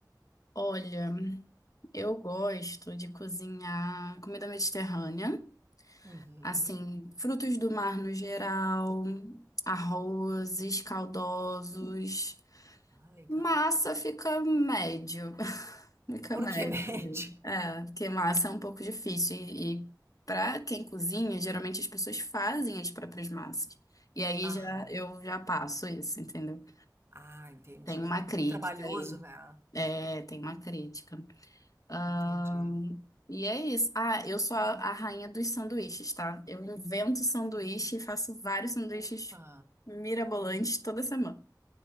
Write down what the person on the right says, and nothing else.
Uhum.
Ah, legal,
pô.
Por
que <laughs> médio?
Aham.
Ah, entendi.
Muito trabalhoso,
né?
Entendi.
Opa.